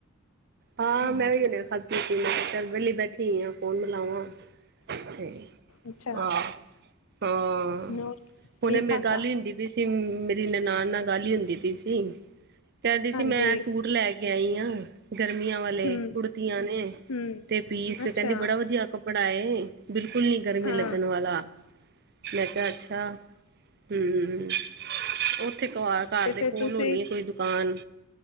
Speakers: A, on the right; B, on the left.
A: ਹਾਂ
B: ਹੂੰ
A: ਮੈਂ ਵੀ ਹੁਣੇ ਖਾਦੀ ਸੀ, ਮੈਂ ਕਿਆ ਚਲ ਵਿਹਲੀ ਬੈਠੀ ਹੋਈ ਆ ਫੋਨ ਮਿਲਾਵਾਂ। <unintelligible>
B: ਅੱਛਾ
A: ਹਾਂ,
B: ਹੋਰ
A: ਹੁਣੇ
B: ਕੀ
A: ਮੈਂ
B: ਖਾਧਾ
A: ਗੱਲ ਈ ਹੁੰਦੀ ਪਈ ਸੀ, ਮੇਰੀ ਨਨਾਨ ਨਾਲ ਗੱਲ ਈ ਹੁੰਦੀ ਦੀ ਸੀ ਕਹਿੰਦੀ ਸੀ
B: ਹਾਂਜੀ
A: ਮੈਂ ਸੂਟ ਲੈ ਕੇ ਆਈ ਆਂ। ਗਰਮੀਆਂ ਵਾਲੇ
B: ਹੂੰ
A: ਕੁੜਤੀਆਂ ਨੇ
B: ਹੂੰ
A: ਤੇ ਪੀਸ
B: ਅੱਛਾ
A: ਕਹਿੰਦੀ ਬੜਾ ਵਦੀਆ ਕੱਪੜਾ ਏ। ਬਿਲਕੁਲ ਨ ਗਰਮੀ
B: ਹਾਂ
A: ਲੱਗਣ ਵਾਲਾ, ਮੈਂ ਕਿਆ ਅੱਛਾ। ਹੂੰ, ਉੱਥੇ ਘਾਰ ਘਰ
B: ਤੇ ਫਿਰ
A: ਦੇ ਕੋਲ
B: ਤੁਸੀਂ
A: ਹੋਣੀ ਹੈ ਕੋਈ ਦੁ ਕਾਨ